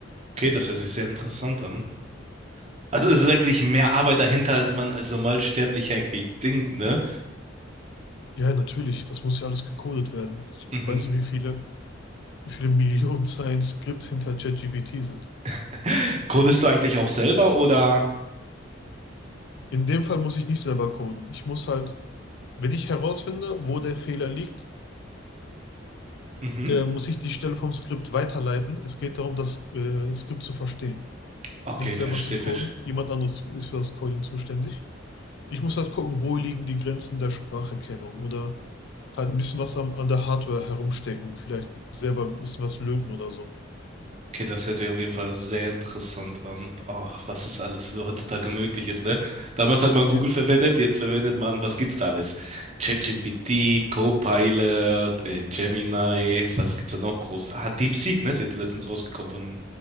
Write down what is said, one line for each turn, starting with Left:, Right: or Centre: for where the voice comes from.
Right: Okay, das hört sich sehr interessant an. Also es ist eigentlich mehr Arbeit dahinter, als man als Normalsterblicher eigentlich denkt, ne?
Left: Ja, natürlich, das muss ja alles gecodet werden. Ich
Right: Mhm.
Left: weiß nicht, wie viele. wie viele Millionen Zeilen Skript hinter ChatGPT sind.
Right: <laughs> Codest du eigentlich auch selber oder?
Left: In dem Fall muss ich nicht selber coden. Ich muss halt, wenn ich herausfinde, wo der Fehler liegt,
Right: Mhm.
Left: äh, muss ich die Stelle vom Skript weiterleiten. Es geht darum, das äh, Skript zu verstehen.
Right: Okay,
Left: Nicht selber
Right: verstehe,
Left: zu coden.
Right: verstehe.
Left: Jemand anderes ist für das Coding zuständig. Ich muss halt gucken, wo liegen die Grenzen der Spracherkennung oder halt ein bisschen was am, an der Hardware herumstecken. Vielleicht selber ein bisschen was löten oder so.
Right: Okay, das hört sich auf jeden Fall sehr interessant an. Oh, was es alles heutzutage möglich ist, ne? Damals hat man Google
Left: Ja.
Right: verwendet, jetzt verwendet man, was gibt's da alles? ChatGPT, Copilot, äh, Gemini, was gibt's da noch Großes? Ah, DeepSeek, ne? Ist jetzt letztens rausgekommen von,